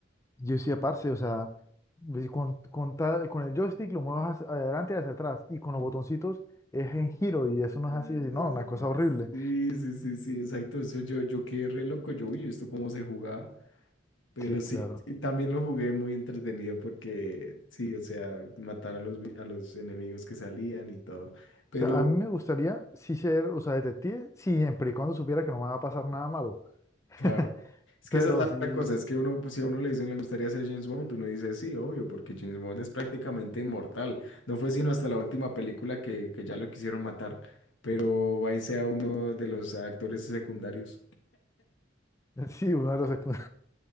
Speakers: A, on the left; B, on the left.
A: yo decía, parce, o sea, ve con, con, ta- con el joystick lo mueves hacia adelante y hacia atrás y con
B: ¿no?
A: los botoncitos es en giro y eso no
B: Eh,
A: es así. y No, una cosa horrible.
B: Sí, sí, sí, sí, exacto. Eso yo, yo quedé re loco. Yo, uy, ¿esto cómo se jugaba? Pero
A: Sí,
B: sí,
A: claro.
B: sí, también lo jugué muy entretenido porque sí, o sea, matar a los, vi- a los enemigos que salían y todo. Pero
A: O sea, a mí me gustaría sí ser, o sea, detective, siempre y cuando supiera que no me va a pasar nada malo. <laughs>
B: claro, es que
A: Pero
B: esa es la otra
A: sí,
B: cosa, es que uno, pues, si a uno le dicen le gustaría ser James Bond, uno dice sí, obvio, porque James Bond es prácticamente inmortal. No fue sino hasta la última película que, que ya lo quisieron matar, pero ahí sea uno de los actores secundarios.
A: <clears throat> sí, uno de los secu-